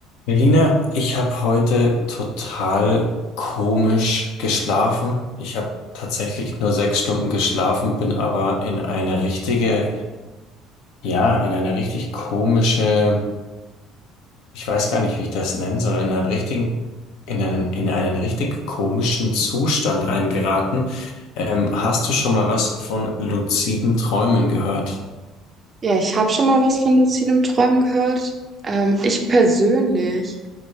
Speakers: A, on the left; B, on the right.
A: Melina, ich habe heute total komisch geschlafen. Ich habe tatsächlich nur sechs Stunden geschlafen, bin aber in eine richtige, ja, in eine richtig komische, ich weiß gar nicht, wie ich das nennen soll, in einen richtigen, in einen, in einen richtig komischen Zustand reingeraten. Ähm, hast du schon mal was von luziden Träumen gehört?
B: Ja, ich habe schon mal was von luzidem Träumen gehört. Ähm, ich persönlich